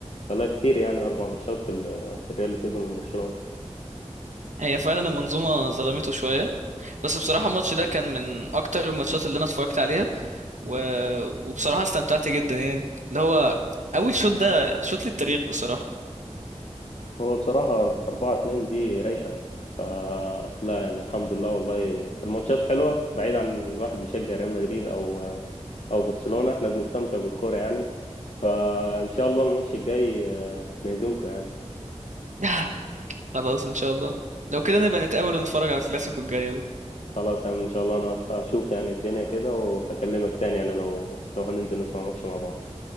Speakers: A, on the left; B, on the right.
A: فلا كتير يعني أربع ماتشات ال- الريال اللي كسبه من برشلونة
B: هي فعلا المنظومة ظلمته شوية بس بصراحة الماتش ده كان من أكتر الماتشات اللي أنا اتفرجت عليها و... وبصراحة استمتعت جدا يعني اللي هو أول شوط ده شوط للتاريخ بصراحة
A: هو بصراحة أر- أربعة اتنين دي رايقة فلا يعني الحمد لله والله الماتشات حلوة بعيد عن الواحد بيشجع ريال مدريد أو أو برشلونة احنا بنستمتع بالكورة يعني فان شاء الله الماتش الجاي آه، نهزمكم يعني
B: <laughs> <sighs> خلاص إن شاء الله لو كده نبقى نتقابل ونتفرج على الكلاسيكو الجاي بقى
A: خلاص يعني ان شاء الله انا هشوف يعني الدنيا كده واكلمك تاني يعني لو لو هننزل نسمع ماتش مع بعض